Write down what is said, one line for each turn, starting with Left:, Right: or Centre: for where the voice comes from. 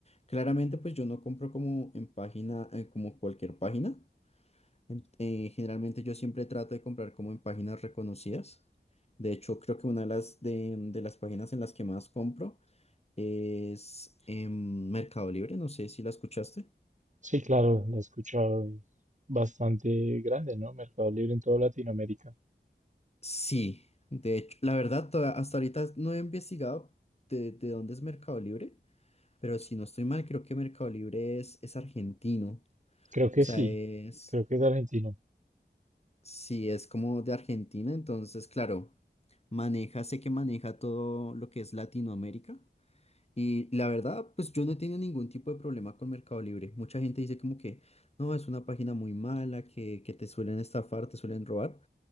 Left: Claramente pues yo no compro como en página, eh, como cualquier página. En- eh, generalmente yo siempre trato de comprar como en páginas reconocidas. De hecho, creo que una de las, de, de las páginas en las que más compro es em, Mercado Libre, no sé si la escuchaste.
Right: Sí, claro, lo he escuchado. Es bastante grande, ¿no? Mercado Libre en toda Latinoamérica.
Left: Sí, de hecho, la verdad, toda- hasta ahorita no he investigado de, de dónde es Mercado Libre, pero si no estoy mal, creo que Mercado Libre es, es argentino.
Right: Creo que
Left: O sea,
Right: sí.
Left: es,
Right: Creo que es argentino.
Left: sí, es como de Argentina, entonces, claro, maneja, sé que maneja todo lo que es Latinoamérica. Y la verdad, pues yo no he tenido ningún tipo de problema con Mercado Libre. Mucha gente dice como que, no, es una página muy mala, que, que te suelen estafar, te suelen robar,